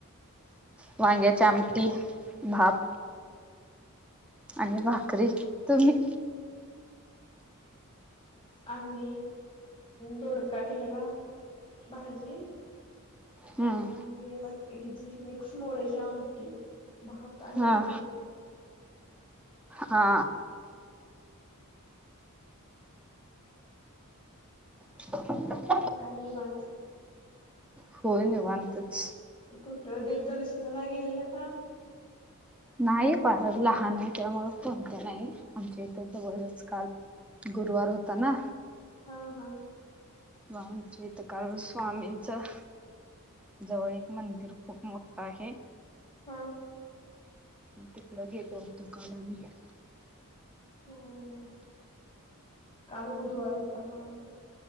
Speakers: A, in the centre; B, on the left.
A: वांग्याची आमटी भात. आणि भाकरी तुम्ही
B: आम् दोडका केलेला भाजी.
A: हम्म
B: आणि मग हि जी मिक्स मोड्याची आमटी भात आणि भाकरी
A: हा हा. ह <unintelligible>
B: म काही नाहीवत
A: होन वतच
B: कुठं देवदर्शनाला गेलेला का
A: नाही प लहान आहे त्यामु कोणते नाही आमच्या इथ जवळच काल गुरुवार होता ना
B: हा हा
A: मम चितकाल स्वामींचं जवळ एक मंदिर खूप मोठं आहे
B: हा
A: मग तिकड गेलो दुकान आमहीो
B: हो हो काल गुरुवार होता हा